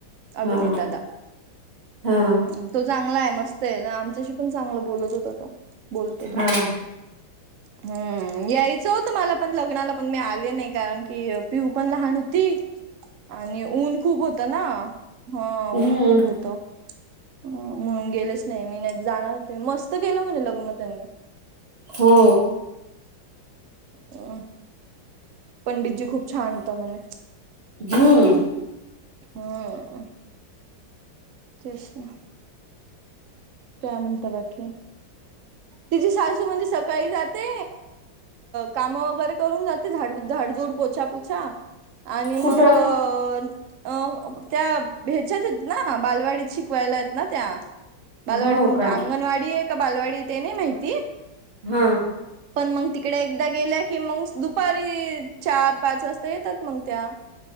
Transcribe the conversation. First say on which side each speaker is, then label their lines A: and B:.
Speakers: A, on the right; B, on the right.
A: हा
B: अभिनीत दादा.
A: हा
B: हम् तो चांगला आहे, मस्त आहे, आमच्याशी पण चांगला बोलत होता तो. बोलतो तो,
A: हा
B: हम्म यायचं होत मला पण लग्नाला पण मी आले नाही. कारण की, पिऊ पण लहान होती आणि ऊन खूप होत ना, हा
A: हम्म
B: ऊन खूप होत. म्हणून गेलेच नाही मी नाहीतर जाणार होते, मस्त केलं म्हणे ल <unintelligible>
A: हो
B: हम् पंडितजी खूप छान होता म्हणे
A: हम्म
B: हम्म तेच ना काय म्हणता बाकी? तिची सासू म्हणजे सकाळी जाते कामं वगैरे करून जाते झाड झाडजूड पोछा छा आणि मंग
A: कुठं
B: अ त्या भेच्यात आहेत ना बालवाडीत शिकवायला आहेत ना त्या बालवाडीत
A: हो का
B: अंगणवाडी आहे का बालवाडी ते नाही माहिती?
A: हा.
B: पण मग तिकडे एकदा गेल्या की मंग दुपारी चार पाच वाजता येतात मंग त्या